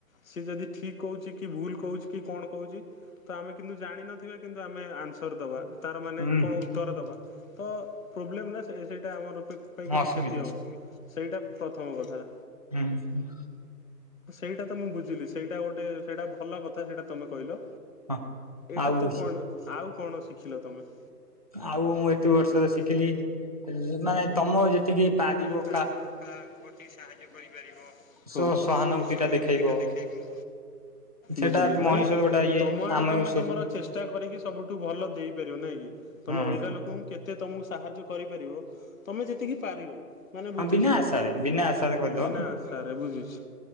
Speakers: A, on the left; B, on the right.
A: ସିଏ ଯଦି ଠିକ୍ କହୁଛି କି ଭୁଲ କହୁଛି କି କଣ କହୁଛି ତ ଆମେ କିନ୍ତୁ ଜାଣିିନଥିବା କିନ୍ତୁ ଆମେ ଆନ୍ସର ଦବା। ତାର ମାନେ
B: ହୁଁ
A: କଣ ଉତ୍ତର ଦେବା ତ ପ୍ରୋବ୍ଲେମ୍ ନା ସେ ସେଇଟା ଆମର ପାଇଁ କିଛି
B: ଅସୁବିଧା
A: କ୍ଷତି ହବ ସେଇଟା ପ୍ରଥମ କଥା
B: ହୁଁ ହୁଁ।
A: ସେଇଟା ତ ମୁଁ ବୁଝିଲି, ସେଇଟା ଗୋଟେ ସେଇଟା ଭଲ କଥା ସେଇଟା ତମେ କହିଲ।
B: ହଁ
A: ଏଇଟା
B: ଆଉ
A: ତ ପ ଆଉ କଣ ଶିଖିଲ ତମେ?
B: ଆଉ ମୁଁ ଏତେ ବର୍ଷର ଶିଖିଲି, ମାନେ ତମ ଯେତିକି ପାରିବ
A: ପାରିବ କାହାକୁ ଅତି ସାହାଯ୍ୟ କରିପାରିବ ହଁ।
B: ସ ସହାନୁଭୂତି
A: ଶ ସହାନୁଭୁତିଟା
B: ଟା ଦେଖେଇବ
A: ଦେଖେଇବ।
B: ସେଟା
A: ବୁଝିଲି
B: ମଣିଷର
A: ମାନେ
B: ଗୋଟେ ଇଏ
A: ତମ ଆଡୁ
B: ଆମେ
A: ତମେ
B: ହୁଁ
A: ତମର ଚେଷ୍ ଷ୍ଟା କରିକି ସବୁଠୁ ଭଲ ଦେଇପାରିବ ନାଇଁ କି ତମେ
B: ହଁ
A: ଅଲଗା ଲୋକଙ୍କୁ କେତେ ତମକୁ ସାହାଯ୍ୟ କରିପାରିବ ତମେ ଯେତିକି ପାରିବ ମାନେ ବୁଝୁଛି
B: ବିନା ଆଶାରେ ବିନା ଆଶାରେ କରିଦବ
A: ବିନା ଆଶାରେ ବୁଝୁଛି।